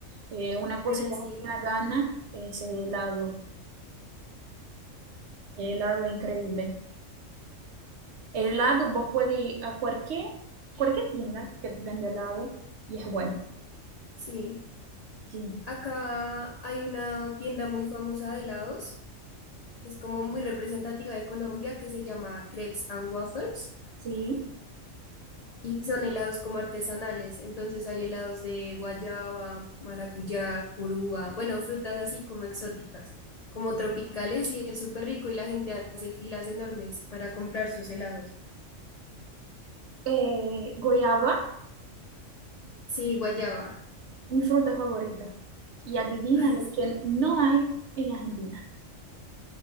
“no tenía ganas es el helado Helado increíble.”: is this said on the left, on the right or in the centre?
Right